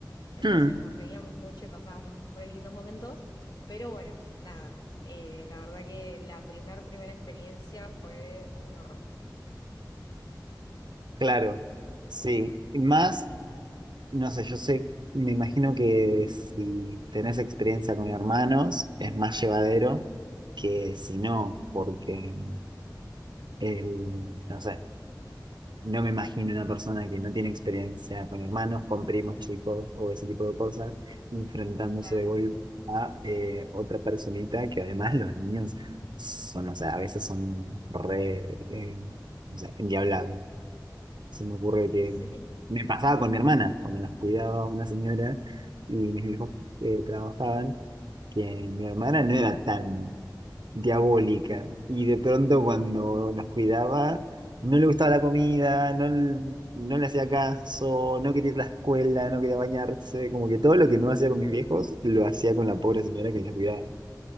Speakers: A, on the left (about 60°); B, on the right (about 80°).
A: entonces
B: Hmm.
A: nos reíamos mucho y pasábamos re lindos momentos, pero bueno, nada, eh, la verdad que la primer, primera experiencia fue un horror.
B: Claro, sí. Y Más, no sé, yo sé, me imagino que si tenés experiencia con hermanos es más llevadero que si no, porque el, no sé, no me imagino una persona que no tiene experiencia con hermanos, con primos chicos o ese tipo de cosas, enfrentándose
A: Claro.
B: de golpe a eh, otra personita que además los niños son, o sea, a veces son re, eh, no sé, endiablados. Se me ocurre que
A: Sí.
B: me pasaba con mi hermana, cuando nos cuidaba una señora y mis hijos eh, trabajaban, que mi hermana no era tan diabólica y de pronto cuando nos cuidaba no le gustaba la comida, no, no le hacía caso, no quería ir a la escuela, no quería bañarse, como que todo lo que no hacía con mis viejos lo hacía con la pobre señora que la cuidaba.